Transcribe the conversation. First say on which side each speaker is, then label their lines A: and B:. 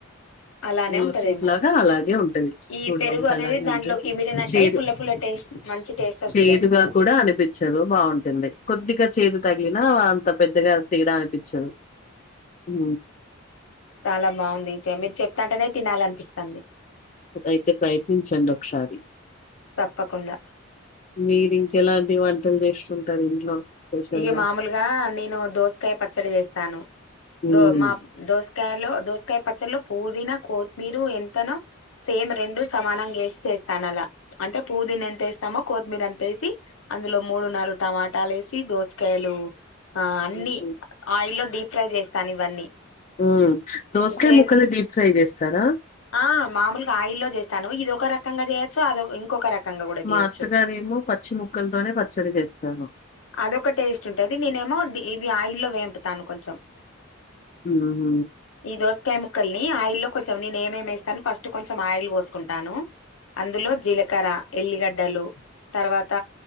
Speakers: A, on the left (about 85°); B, on the left (about 35°).
A: అలానే
B: రోజు
A: ఉంటదేమో
B: సూప్ లాగా అలాగే ఉంటది
A: ఈ
B: చూడా
A: పెరుగు
B: డానికి
A: అనేది
B: అలాగే
A: దాంట్లోకి
B: ఉంటది
A: ఇమిడినట్టు
B: చేదు
A: అయి పుల్ల పుల్ల టేస్ట్ మంచి టేస్ట్ వస్తదేమో
B: చేదుగా కూడా అనిపించదు రో బాగుంటుంది కొద్దిగా చేదు తగిలిన అంత పెద్దగా తేడా అనిపించదు ఉ
A: చాలా బాగుంది చే మీరు చెప్తుంటేనే తినాలనిపిస్తుంది.
B: అయితే ప్రయత్నించండి ఒకసారి
A: తప్పకుండా
B: మీరు ఇంకెలాంటి వంటలు చేస్తుంటారు ఇంట్లో స్పెషల్‌గా?
A: ఇయో మామూలుగా నేను దోసకాయ పచ్చడి చేస్తాను
B: హ్మ్.
A: దో మా దోస్ దోసకాయలో దోసకాయ పచ్చలో పుదీనా కొత్తిమీరు ఎంతనో సేమ్ రెండు సమానంగా యేస్ చేస్తాను అలా, అంటే పుదీన ఎంత వేస్తామో కొత్తిమీర అంత యేసి అందులో మూడు నాలుగు టమాటాలు యేస్ టి దోసకాయలు ఆ అన్ని
B: హ్మ్
A: ఆయిల్లో డీ ఫ్రై చేస్తాను ఇవన్నీ.
B: ఉ దోసకాయ
A: చేసి
B: ముక్కలు డీప్ ఫ్రై చేస్తారా
A: ఆ మామూలుగా ఆయిల్లో చేస్తాను ఇదొక రకంగా చేయొచ్చు అదొ ఇంకొక రకంగా కూడా
B: మా
A: చేయొచ్చు.
B: అత్తగారేమో పచ్చి ముక్కలతోనే పచ్చడి చేస్తాను
A: అదొక టేస్ట్ ఉంటాది నినేమో డి ఇవి ఆయిల్లో వేంపుతాను కొంచెం.
B: ఉ హు
A: ఈ దోసకాయ ముక్కల్ని ఆయిల్లో కొంచెం నేను ఏమేమి వేస్తాను ఫస్ట్ కొంచెం ఆయిల్ పోసుకుంటాను, అందులో జీలకర్ర ఎల్లిగడ్డలు తర్వాత